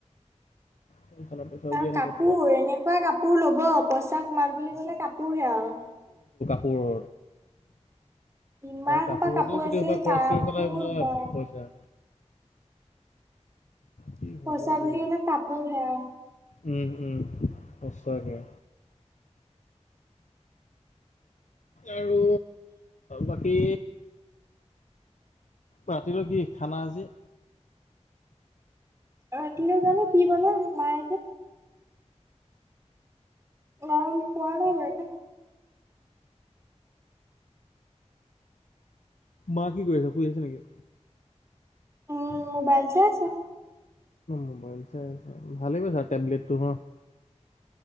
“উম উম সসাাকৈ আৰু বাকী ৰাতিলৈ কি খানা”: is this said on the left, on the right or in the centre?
Left